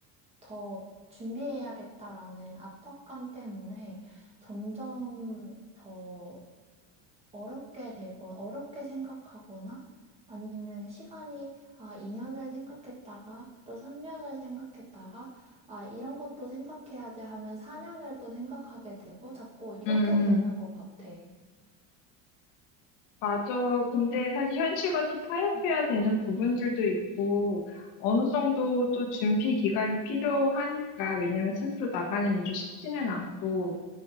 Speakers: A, on the right (about 15°); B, on the left (about 55°).
A: 더 준비해야겠다라는 압박감 때문에 점점 더 어렵게 되고, 어렵게 생각하거나 아니면 시간이, 아, 2년을 생각했다가 또 3년을 생각했다가, 아, 이런 것도 생각해야지 하면 4년을 또 생각하게 되고 자꾸 이렇게
B: 음,
A: 되는
B: 음.
A: 것 같아.
B: 맞아. 근데 사실 현실과 또 타협해야 되는 부분들도 있고, 어느 정도 또 준비 기간이 필요하니까, 왜냐면 스스로 나가는 일이 쉽지는 않고,